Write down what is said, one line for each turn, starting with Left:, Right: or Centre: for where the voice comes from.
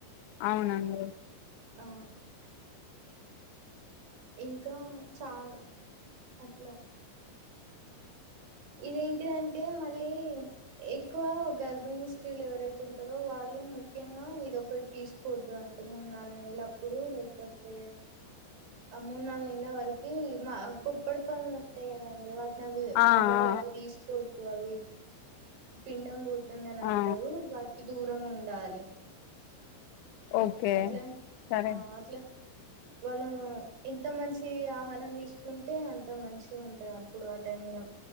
Left: అవునండి
Right: ఆ ఇంకా చాలా అట్లా ఇదేంటిదంటే మళ్ళీ ఎక్కువ గర్భిణీ స్త్రీలు ఎవరైతే ఉంటారో వాళ్ళు ముఖ్యంగా ఇదిొకటి తీసుకు కొద్దు అంటే మూడు నాలుగు నెలల అప్పుడు లేకపోతే ఆ మూడు నాలుగు నెలల వరకు మా పుప్పడి పనులు ఉంటాయి కదండి వాటి అవి వా
Left: ఆ
Right: వాళ్ళవి
Left: ఆ
Right: తీసుకోవద్దు అవి పిండం పోతుంది అని అంటరు
Left: ఆ
Right: వాటికి దూరంగా ఉండాలి
Left: ఓకే
Right: అట్ల
Left: సరే
Right: ఆ అట్ల వాళ్ళు ఎంత మంచి ఆహారం తీసుకుంటే అంత మంచిగా ఉంటది అప్పుడు ఆ టైమ్ ల